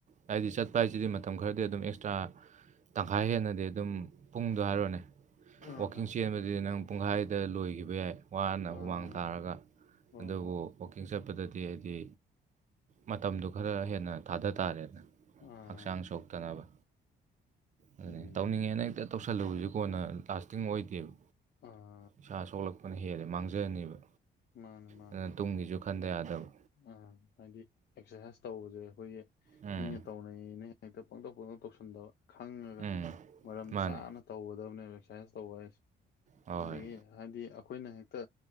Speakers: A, on the right; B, on the left.
A: ꯍꯥꯏꯗꯤ ꯆꯠꯄ ꯍꯥꯏꯁꯤꯗꯤ ꯃꯇꯝ ꯈꯔꯗꯤ ꯑꯗꯨꯝ ꯑꯦꯛꯁꯇ꯭ꯔꯥ ꯇꯪꯈꯥꯏ ꯍꯦꯟꯅꯗꯤ ꯑꯗꯨꯝ ꯄꯨꯡꯗꯣ ꯍꯥꯏꯔꯣꯅꯦ
B: ꯑꯥ
A: ꯋꯥꯋꯥꯛꯀꯤꯡ ꯆꯦꯟꯕꯗꯤ ꯅꯪ ꯄꯨꯡꯈꯥꯏꯗ ꯂꯣꯏꯈꯤꯕ ꯌꯥꯏ ꯋꯥꯅ
B: ꯑꯥ
A: ꯍꯨꯃꯥꯡ ꯊꯥꯔꯒ
B: ꯍꯣꯏ
A: ꯑꯗꯨꯕꯨ
B: ꯍꯣꯏ
A: ꯋꯥꯛꯀꯤꯡ ꯆꯠꯄꯗꯗꯤ ꯍꯥꯏꯗꯤ ꯃꯇꯝꯗꯨ ꯈꯔ ꯍꯦꯟꯅ ꯊꯥꯗ ꯇꯥꯔꯦꯅ
B: ꯑꯥ
A: ꯍꯛꯆꯥꯡ ꯁꯣꯛꯇꯅꯕ ꯑꯗꯨꯅꯤ
B: ꯎꯝ
A: ꯇꯧꯅꯤꯡꯉꯦꯅ ꯍꯦꯛꯇ ꯇꯧꯁꯜꯂꯨꯕꯁꯤꯦ ꯀꯣꯟꯅ ꯂꯥꯁꯇꯤꯡ ꯑꯣꯏꯗꯦꯕ
B: ꯑ
A: ꯏꯁꯥ ꯁꯣꯛꯂꯛꯄꯅ ꯍꯦꯜꯂꯦ ꯃꯥꯡꯖꯅꯤꯕ
B: ꯃꯥꯅꯦ ꯃꯥꯅꯦ
A: ꯑꯗꯨꯅ ꯇꯨꯡꯒꯤꯁꯨ ꯈꯟꯗ ꯌꯥꯗꯕ
B: ꯑꯥ ꯍꯥꯏꯗꯤ ꯑꯦꯛꯁꯔꯁꯥꯏꯁ ꯇꯧꯕꯁꯦ ꯑꯩꯈꯣꯏꯖꯦ
A: ꯎꯝ
B: ꯃꯤꯅ ꯇꯧꯅꯩꯅ ꯍꯦꯛꯇ ꯄꯪꯇꯧ ꯄꯪꯇꯧ ꯇꯧꯁꯟꯗꯕ ꯈꯪꯉꯒ
A: ꯎꯝ
B: ꯃꯔꯝ
A: ꯃꯥꯅꯦ
B: ꯆꯥꯅ ꯇꯧꯒꯗꯕꯅꯦ ꯑꯦꯛꯁꯔꯁꯥꯏꯁ ꯇꯧꯕ ꯍꯥꯏꯁꯦ
A: ꯍꯣꯏ
B: ꯑꯗꯒꯤ
A: ꯍꯣꯏ
B: ꯍꯥꯏꯗꯤ ꯑꯩꯈꯣꯏꯅ ꯍꯦꯛꯇ